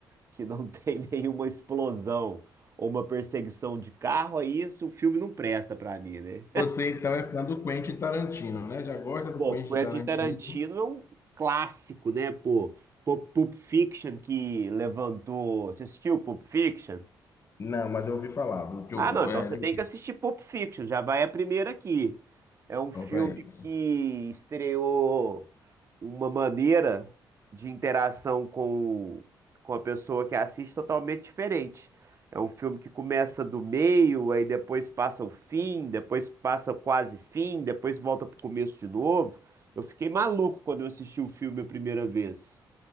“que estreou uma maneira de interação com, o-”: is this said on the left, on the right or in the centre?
Right